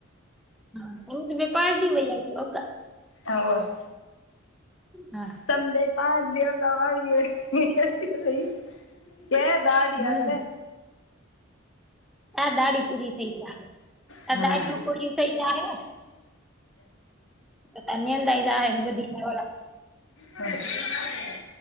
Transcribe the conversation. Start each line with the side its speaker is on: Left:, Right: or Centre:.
Centre: <unintelligible> અ પારથી વઈ હોકા.
Left: હોવે.
Centre: હા.
Left: તમે બે પાંચ દિવ અગા આવી હો. કે દાડી
Centre: હમ
Left: અલને.
Centre: આ દાળી પૂરી થઇ જાય
Left: હા
Centre: આ દાળિય પૂરી થઇ જ હ. તને અંદાય હે બુધીના ભ.
Left: હમ <unintelligible>